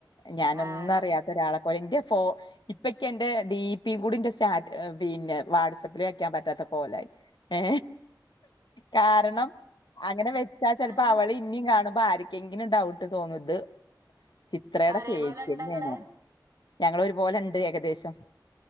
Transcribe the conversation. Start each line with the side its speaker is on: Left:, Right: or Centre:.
Left: ഞാന ഒന്നും
Right: ആഹ്
Left: അറിയത്ത ഒരാളെ പോലെ ഇ,,, പ്പക്ക എന്റെ ഡിപും കൂടിന്റെ സാറ്റ് പിന്നെ വാട്സആപ്പിൽ വയ്ക്കാൻ പറ്റാത്ത കോലായി ഏ കാരണം അങ്ങനെ വെച്ചാ ചിലപ്പോ
Right: ഏഹ്
Left: അവള് ഇനിയും കാണുമ്പോ ആ <unintelligible> ഡൗട്ട് തോന്നത് ചിത്രയുടെ
Right: ഒരേപോലെ
Left: ചേച്ചി
Right: ഇണ്ടോ
Left: തന്നെയാണോ
Right: ഇങ്ങള്
Left: ഞങ്ങൾ ഒരുപോലെ ഉണ്ട് ഏകദേശം